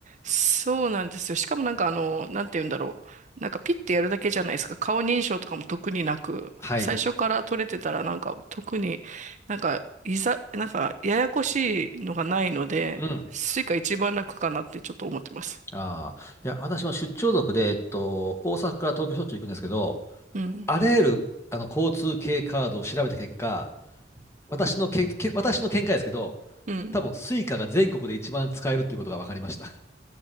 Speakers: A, on the right (about 45°); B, on the left (about 15°).
A: そうなんですよ。しかもなんかあの、なんて言うんだろう。なんかピッてやるだけじゃないですか。顔認証とかも特になく、
B: はい。
A: 最初から取れてたらなんか特になんか、いざ、なんかややこしいのがないので、
B: うん。
A: スイカ一番楽かなってちょっと思ってます。
B: ああ。いや、私も出張族で、えっと、大阪から東京しょっちゅう行くんですけど、
A: うん。
B: あらゆる、あの、交通系カードを調べた結果、私のけ、け、私の見解ですけど、
A: うん。
B: 多分、スイカが全国で一番使えるっていうことが分かりました。